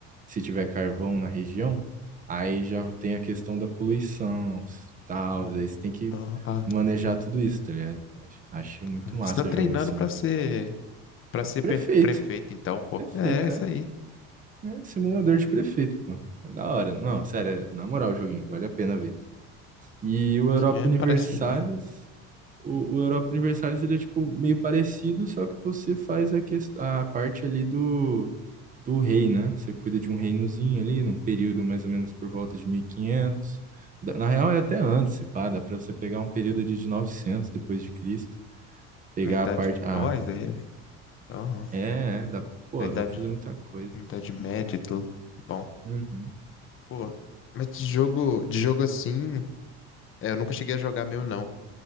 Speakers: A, on the right; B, on the left.
A: se tiver carvão na região, aí já tem a questão da poluição, tal,
B: Ah,
A: aí você tem que
B: ah, ah,
A: manejar tudo isso, tá ligado? Acho acho muito
B: ah.
A: massa
B: Você tá treinando
A: jogo assim.
B: pra ser para ser
A: Prefeito,
B: per- prefeito, então, pô.
A: prefeito,
B: É, é isso
A: é.
B: aí.
A: É simulador de prefeito, pô. É da hora. Não, sério, é na moral o joguinho, vale a pena ver. E o Europa
B: Isso mesmo
A: Universalis,
B: parece ser bom.
A: o, o Europa Universalis ele é tipo meio parecido, só que você faz a, quest- a parte ali do, do rei, né? Você cuida de um reinozinho ali, num período mais ou menos por volta de 1500. Da- Na real é até antes, se pá, dá pra você pegar um período
B: Ah,
A: ali de 900 depois de Cristo, pegar
B: na idade.
A: a parte... Ah,
B: Ó, isso aí. Aham.
A: é, é, dá, pô,
B: Na idade,
A: dá pra fazer muita coisa.
B: na idade média e tudo. Bom.
A: Uhum,
B: Pô, mas de jogo, de jogo assim, é, eu nunca cheguei a jogar meu, não.